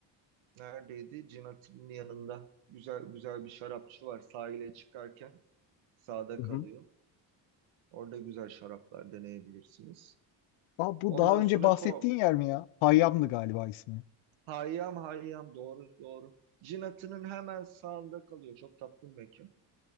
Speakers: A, on the right; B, on the left.
A: neredeydi? Cinatinin yanında. Güzel güzel bir şarapçı var sahile çıkarken sağda
B: Hı
A: kalıyor.
B: hı.
A: Orada güzel şaraplar deneyebilirsiniz.
B: Aa, bu
A: Ondan
B: daha önce
A: sonra
B: bahsettiğin
A: ko.
B: yer mi ya? Hayyam'dı galiba ismi.
A: Hayyam Hayyam doğru doğru. Cinatı'nın hemen sağında kalıyor. Çok tatlı bir mekan.